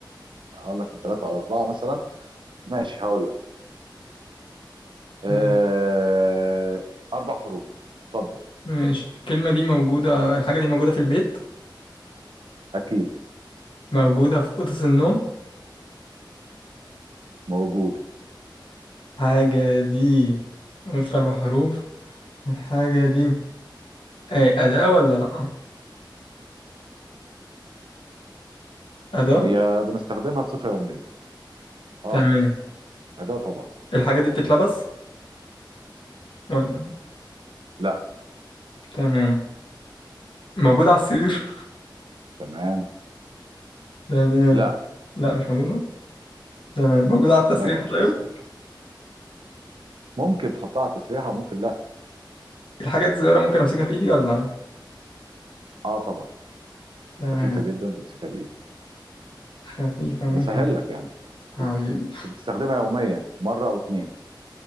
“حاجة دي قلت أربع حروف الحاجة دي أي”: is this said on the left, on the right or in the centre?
Left